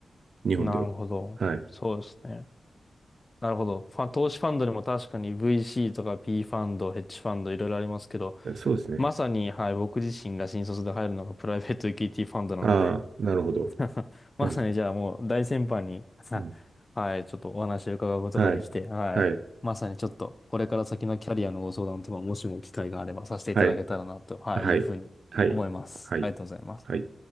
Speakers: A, on the right; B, on the left.
A: 日本では。
B: なるほど。
A: はい。
B: そうですね。なるほど。ファン、投資ファンドにも確かに VC とか P ファンド、ヘッジファンドいろいろありますけど、
A: そうですね。
B: まさに、はい、僕自身が新卒で入るのがプライベートエクイティファンドなので、
A: ああ、なるほど。
B: <laughs> まさにじゃあもう大先輩に
A: うん。
B: <laughs>
A: うん。
B: はい、ちょっとお話を伺うことができて、
A: はい。
B: はい。
A: はい。
B: まさにちょっと、これから先のキャリアのご相談とか、もしも機会があればさせていただけたらなと、
A: はい。
B: はい、
A: はい。
B: いうふうに思います。
A: はい。はい。
B: ありがとうございます。
A: はい。